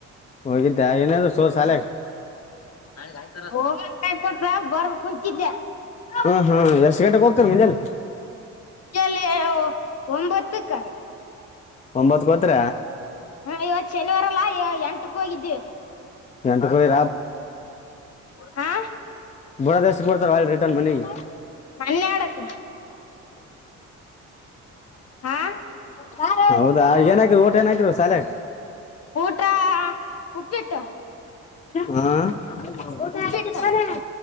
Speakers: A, on the left; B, on the left.
A: ಹೋಗಿದ್ದೆ ಏನಾದ್ರು ಸೋರ್ ಶಾಲೆಗೆ
B: ನಾಳೆಗೆ ಆಯ್ತ ರ ಹೋಗ್ಯಾರ ಪಾ ಕೊಟ್ರ ಬರ್ ಕುಂತಿದ್ದೆ.
A: ಹಾ ಹಾ ಎಸ್ ಥೇಟರ ಗೊತ್ತಲ್ಲ
B: ಚಲ್ಲಿ ಒಂಬತ್ತಕ್ಕ
A: ಒಂಬತ್ ಕೊತ್ರ
B: ಹಾ ಇವತ್ತು ಶನಿವಾರಲ್ಲಾ ಎಂಟಕ್ ಹೋಗಿದ್ದ್ವಿ
A: ಎಂಟಿ
B: ಹಾ
A: ಬಳದೇಶ ರಿಟನ್ ಮನಗೆ
B: ಹನ್ನೆರಡಕ್ ಹಾ
A: ಹ ಹೌದಾ ಏನ ಊಟ ಏನ ಊಟ ಹಾಕಿದರ ಸಾಲೆಯಾಗ
B: ಊಟ--ಉಪ್ಪಿಟ್ಟ
A: ಹಾ ಹ ಕಊಟ
B: ಉಪ್ಪಿಟ್ಟು
A: ಆಯ್ತು ತಾನೇ